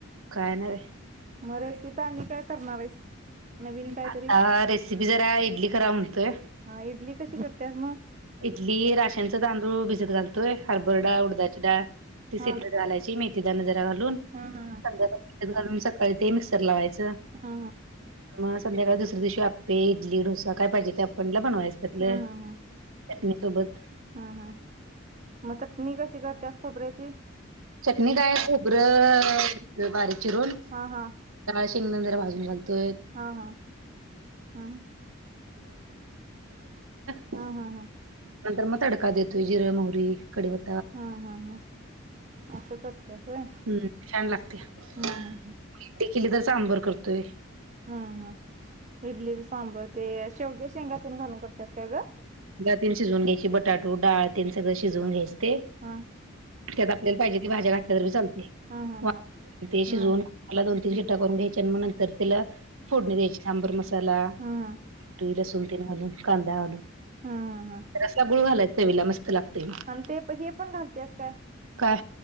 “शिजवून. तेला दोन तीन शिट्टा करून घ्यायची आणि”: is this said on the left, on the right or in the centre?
Right